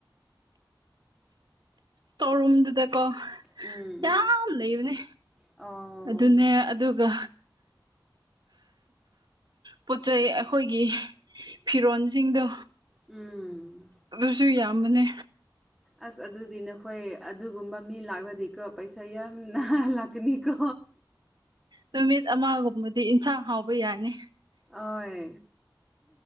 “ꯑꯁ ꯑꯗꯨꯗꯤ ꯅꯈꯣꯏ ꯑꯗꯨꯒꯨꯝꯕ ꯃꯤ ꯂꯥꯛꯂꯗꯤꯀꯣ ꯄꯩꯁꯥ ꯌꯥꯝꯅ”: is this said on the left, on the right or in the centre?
Centre